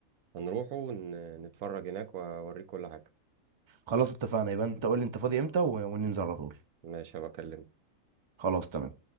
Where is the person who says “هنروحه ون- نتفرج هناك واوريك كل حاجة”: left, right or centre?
Right